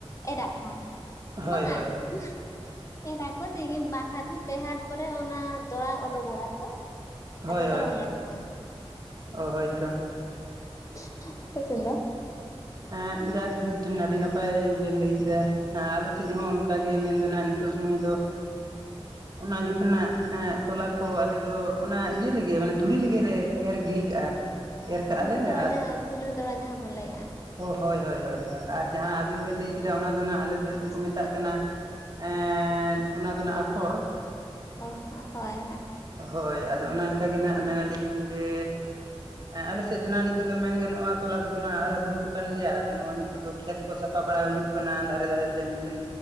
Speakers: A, on the left; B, on the right.
A: ᱮᱨᱟᱜ ᱠᱚ
B: ᱦᱳᱭ
A: ᱵᱟᱝᱟ
B: ᱦᱳᱭ
A: ᱮᱨᱟ ᱮᱨᱟ ᱠᱚ ᱫᱤᱜᱤᱛ ᱵᱟᱨ ᱦᱟᱴ ᱯᱮ ᱦᱟᱴ ᱠᱚᱨᱮ ᱯᱚᱨᱮ ᱚᱱᱟ ᱛᱚᱲᱟ ᱩᱰᱩᱠᱚᱜᱼᱟ ᱛᱚ
B: ᱦᱳᱭ
A: ᱟᱫᱚ ᱠᱚ
B: ᱦᱳᱭ
A: ᱨᱚᱦᱚᱭ ᱟᱠᱚ
B: ᱚ ᱦᱳᱭᱛᱚ
A: <unintelligible> ᱟᱯᱮ ᱥᱮᱱ ᱫᱚ
B: ᱮᱠ ᱡᱟᱠ ᱢᱤᱫᱴᱮᱱ ᱟᱹᱰᱤ ᱱᱟᱯᱟᱭ ᱵᱤᱱ ᱞᱟᱹᱭ ᱠᱮᱫᱟ᱾ ᱟᱞᱮ ᱥᱮᱡ ᱦᱚᱸ ᱚᱱᱠᱟ ᱜᱮ ᱢᱮᱱ ᱫᱚ ᱦᱟᱜ ᱱᱤᱛᱚᱜ ᱥᱚᱢᱚᱭ ᱫᱚ ᱚᱱᱟ ᱡᱚᱠᱷᱚᱱᱟᱜ ᱛᱚᱞᱟ ᱠᱚ ᱟᱞᱮ ᱫᱚ ᱚᱱᱟ ᱤᱭᱟᱹ ᱨᱮᱜᱮ ᱢᱟᱱᱮ ᱫᱷᱩᱲᱤ ᱨᱮᱜᱮᱞᱮ ᱮᱨ ᱜᱤᱲᱤ ᱠᱟᱜᱼᱟ᱾
A: ᱚ
B: ᱮᱨ ᱠᱟᱜᱼᱟ
A: ᱠᱷᱩᱰᱨᱤ
B: ᱞᱮ
A: ᱛᱚᱞᱟ
B: ᱟᱨ
A: ᱡᱟᱦᱟᱸ ᱠᱷᱩᱰᱨᱤ ᱛᱚᱞᱟ ᱡᱟᱦᱟᱸ ᱵᱚᱱ ᱞᱟᱹᱭ ᱮᱼᱟ᱾
B: ᱚ ᱦᱳᱭ ᱦᱳᱭ ᱦᱳᱭ ᱟᱨ ᱡᱟᱦᱟᱸ ᱟᱵᱤᱱ ᱵᱤᱱ ᱞᱟᱹᱭ ᱠᱮᱫᱟ ᱚᱱᱟ ᱫᱚ ᱱᱟᱜ ᱟᱞᱮ ᱫᱚ ᱥᱮᱫ
A: ᱞᱚᱥᱚᱫ
B: ᱫᱚᱠᱚ ᱢᱮᱛᱟᱜ ᱠᱟᱱᱟ᱾ ᱮᱸᱻ ᱚᱱᱟ ᱫᱚ ᱱᱟᱜ ᱟᱯᱷᱚᱨ᱾
A: ᱚ ᱦᱳᱭ ᱦᱳᱭ,
B: ᱦᱳᱭ ᱟᱫᱚ ᱚᱱᱟ ᱞᱮᱠᱟ ᱜᱮ ᱱᱟᱜ ᱢᱮᱱ ᱱᱟᱞᱤᱧ ᱡᱮ ᱮ ᱟᱞᱮ ᱥᱮᱫ ᱫᱚ ᱱᱟᱜ ᱱᱤᱛᱚᱜ ᱫᱚ ᱢᱮᱱ ᱜᱟᱱᱚᱜ-ᱟ ᱛᱚᱞᱟ ᱠᱚᱫᱚ ᱱᱟᱜ ᱟᱨ ᱦᱟᱨᱟ ᱵᱩᱨᱩ ᱠᱟᱱ ᱜᱮᱭᱟ ᱟᱫᱚ ᱱᱚᱜ-ᱚᱭ ᱱᱤᱛᱚᱜ ᱫᱚ ᱠᱷᱮᱛ ᱠᱚ ᱥᱟᱯᱷᱟ ᱵᱟᱲᱟ ᱦᱩᱭᱩᱜ ᱠᱟᱱᱟ᱾ ᱫᱷᱟᱨᱮ ᱫᱷᱟᱨᱮ ᱛᱮ ᱢᱤᱫᱴᱮᱱ